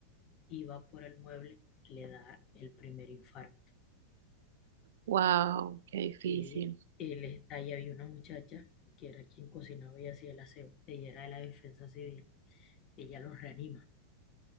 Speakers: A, on the left; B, on the right.
A: iba por el mueble, le da el primer infarto.
B: Wow, qué difícil.
A: Y él, es- ahí había una muchacha que era quien cocinaba y hacía el aseo. Ella era de la defensa civil. Ella los reanima.